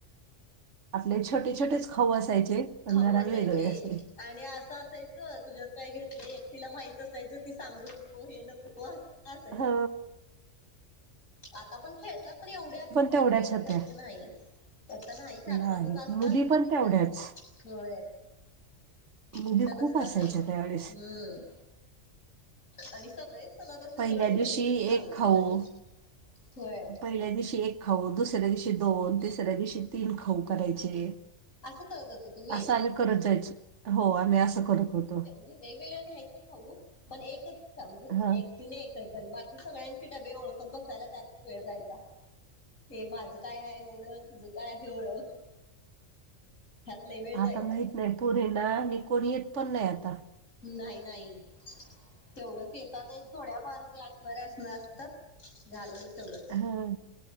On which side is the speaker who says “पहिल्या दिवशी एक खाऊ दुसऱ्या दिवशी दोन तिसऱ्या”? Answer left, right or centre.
Right